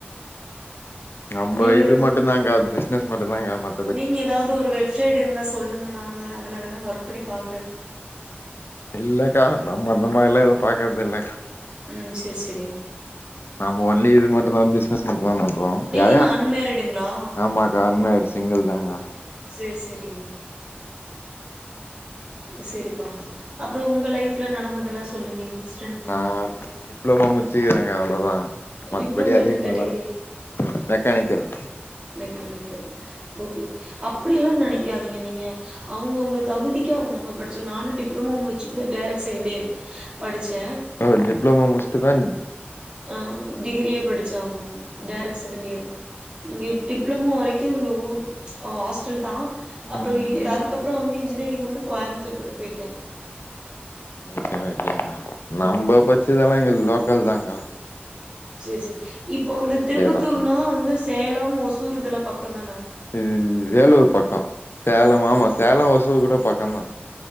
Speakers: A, on the left; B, on the right.
A: நம்ப
B: நீங்க
A: இது
B: இரு
A: மட்டுதாங்கா பிசினஸ் மட்டுதாங்கா மத்
B: நீங்க ஏதாது ஒரு வெப்சைட் இருந்தா சொல்லுங்க நானு வேணா அதில வேணா ஒர்க் பண்ணி பாக்றே
A: இல்லக்கா நம்ம அந்த மாரிலா எது பாக்குறது இல்ல கா
B: ம் செர் செரிங்
A: நம்ம ஒன்லி இது மட்டுதா பிஸ்னஸ் மட்டுதா பண்ணு ப்றோ
B: நீங்க
A: யாரு
B: இன்னு அன்மேரிடுங்களா
A: ஆமாக்கா அன்மெரிட் சிங்கிள் தாங்கா
B: செர் செரிங் செரிப்பா அப்றோ ஒங்க லைஃப்ல நடந்ததெல்லா சொல்லுங்க இன்ஸ்
A: நா டிப்ளமா முச்சுக்கிறேங்கா அவ்ளோதா மத்தபடி
B: டிப்ளமோ
A: அதிகமாலா
B: என்ன கேட்டகிரி
A: ம் மெக்கானிக்கல்
B: மெக்கானிக்கல் ஓகே அப்டிலா நெனைக்காதீங்க நீங்க அவுங்கவுங்க தகுதிக்கு அவுங்க அவுங்க படிச்ச நானும் டிப்ளமோ முடிச்சுதா டேரக்ட் செகண்ட் இயர்ரு படுச்சே
A: ஓ டிப்ளோமோ முடுச்சுட்டு தான்
B: ஆ டிகிரியே படிச்சா ஆம்மா டேரக்ட்
A: ஓகே
B: செகண்ட் இயர் இங்கே டிப்ளமோ வரைக்கும் இங்க ஊர் அ ஹாஸ்டல் தா
A: ம்
B: அப்றோ இது அதுக்கப்றோம் வந்து இன்ஜினியரிங் வந்து கோயம்புத்தூர் கிட்ட போயிட்டே
A: ஓகே ஓகே நம்ம
B: ம்
A: பச்சதெல்லாம் இங்க லோக்கல் தாங்க
B: சேரி சேரி இப்போ வந்து திருப்பத்தூர்னா
A: தா
B: வந்து சேலம் ஒசூர் இதெல்லாம் பக்கம் தான
A: இது வேலூர் பக்கோம் சேலம் ஆமா
B: ஆ
A: சேலம் ஒசூர் கூட பக்கம் தா